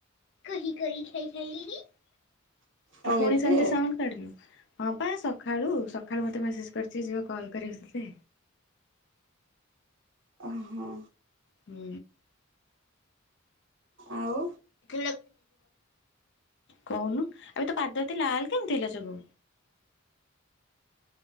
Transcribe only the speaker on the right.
ଆଉ
ଏବେ
ହଁ
ଆଉ